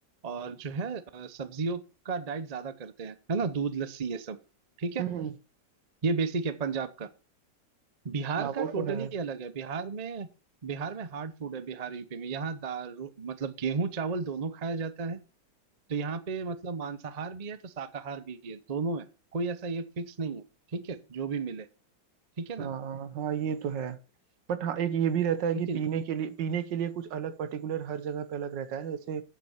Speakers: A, on the right (about 35°); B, on the right (about 75°).
A: और जो है अ, सब्जियों का डाइट ज्यादा करते हैं है ना दूध लस्सी ये सब ठीक है
B: हम्म हम्म,
A: ये बेसिक है पंजाब का बिहार
B: हाँ
A: का
B: वो
A: टोटली
B: तो है
A: अलग है बिहार में बिहार में हार्ड फूड है बिहार यूपी में यहाँ दाल रो- मतलब गेहूं चावल दोनों खाया जाता है तो यहाँ पे मतलब मांसाहार भी है तो शाकाहार भी है दोनों है कोई ऐसा ये फिक्स नहीं है ठीक है जो भी मिले ठीक है ना
B: हाँ हाँ ये तो है बट हाँ एक ये भी रहता है कि
A: है कि
B: पीने के लिए पीने के लिए कुछ अलग पर्टिकुलर हर जगह पे अलग रहता है ना जैसे